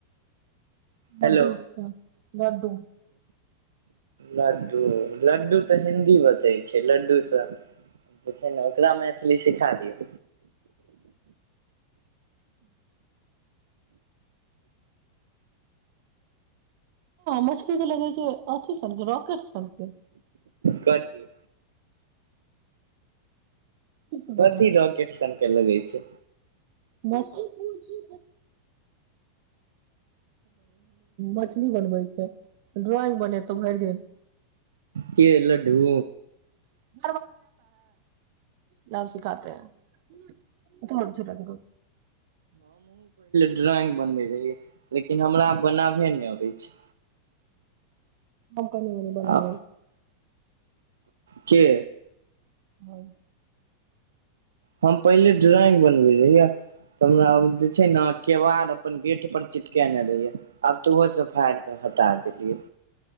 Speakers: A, on the right; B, on the right.
A: लडडू
B: हेलो
A: लडू
B: लड्डू लड्डू तऽ हिंन्दी बतै छै लड्डूसँ जे छै ने ओकरा मैथिली सिखा दियौ।
A: मछली तऽ लगै छै अथि सनके रॉकेट सनके
B: कर छिय
A: की सब
B: कथि
A: बना
B: रॉकेट सन के लगई छै।
A: मछ भुजी मछली बनबै छै ड्रॉइंग बनेतहु भरि दिन
B: के लडू
A: <inaudible> लभ सी खााते ह त छटा स
B: ड्रॉइंग बनबे रहियै लेकिन हमरा बनाबे नहि अबै छै।
A: हम कहियो नई बनाबै
B: आ के
A: हँ
B: हम पहिले ड्रॉइंग बनबे रहियै, त हमरा जे छै ने केबाड़ अपन गेट पर चिपकेने रहियै, आब त ओहो सं फारि क हटा देलियै